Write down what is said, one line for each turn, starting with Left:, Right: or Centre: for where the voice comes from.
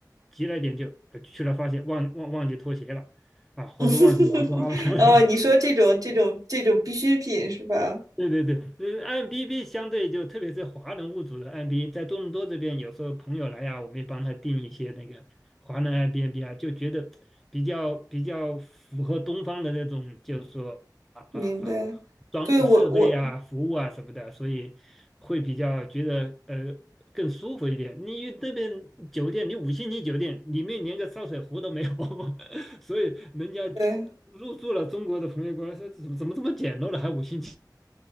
Centre: 急了一点就呃去了，发现忘忘忘记拖鞋了啊，或者忘记牙刷了。
Right: <laughs>
Centre: <laughs>
Right: 哦，你说这种这种这种必需品是吧？
Centre: 对对对，呃 i m B b 相对就特别是华人物主的 IMDB，在多伦多这边，有时候朋友来呀、我们也帮他订一些那个华人 i m n b 啊，就觉得比较比较符合东方的那种，就是说啊，
Right: 明白。
Centre: 装设备啊、
Right: 对，我我
Centre: 服务啊什么的，所以会比较觉得呃更舒服一点。你那边酒店，你五星级酒店里面连个烧水壶都没有，<laughs> 所以人家
Right: 对，
Centre: 入住了中国的朋友过来说，怎么怎么这么简陋了，还五星级